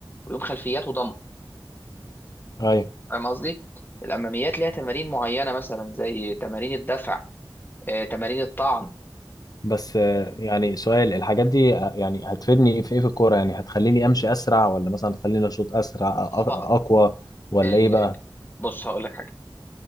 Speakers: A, on the left (about 25°); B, on the left (about 45°).
A: ويوم خلفيات وضم
B: ايوه
A: فاهم قصدي الاماميات ليها تمارين معينه مثلا زي تمارين الدفع آه، تمارين الطعن
B: بس آه، يعني سؤال
A: نعم.
B: الحاجات دي آه، يعني هتفيدني في ايه في الكوره يعني هتخليني امشي اسرع ولا مثلا تخليني اشوط اسرع أ- أ-
A: طبعا
B: اقوى ولا
A: ال...
B: ايه بقى
A: بص هقول لك حاجه